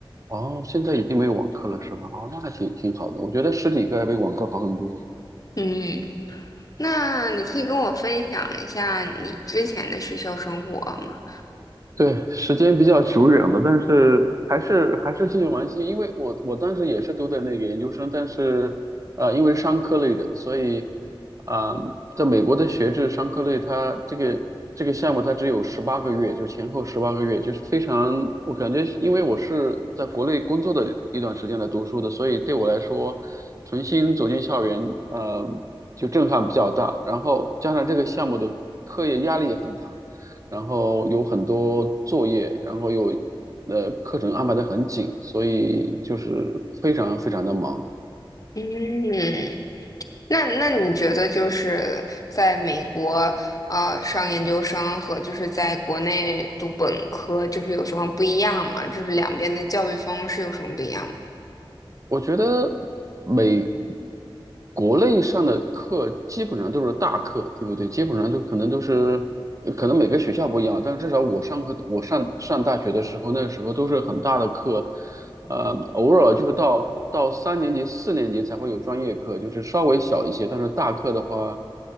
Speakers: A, on the right; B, on the left.
A: 哦，现在已经没有网课了是吧？哦，那还挺挺好的，我觉得实体课要比网课好很多。
B: 嗯，那你可以跟我分享一下你之前的学校生活吗？
A: 对，时间比较久远了，但是还是还是继续玩心，因为我我当时也是读的那个研究生，但是呃，因为是商科类的，所以啊、呃在美国的学制商科类，它这个这个项目它只有十八个月，就前后十八个月，就是非常，我感觉是因为我是在国内工作的一段时间来读书的，所以对我来说，重新走进校园，呃，就震撼比较大，然后加上这个项目的课业压力也很大。然后有很多作业，然后又呃课程安排的很紧，所以就是非常非常的忙。
B: 嗯那那你觉得就是在美国呃上研究生和就是在国内读本科，就是有什么不一样吗？就是两边的教育方式有什么不一样吗？
A: 我觉得美国内上的课基本上都是大课，对不对？基本上都可能都是，可能每个学校不一样，但至少我上课，我上上大学的时候，那个时候都是很大的课，呃，偶尔就是到到三年级、四年级才会有专业课，就是稍微小一些。但是大课的话，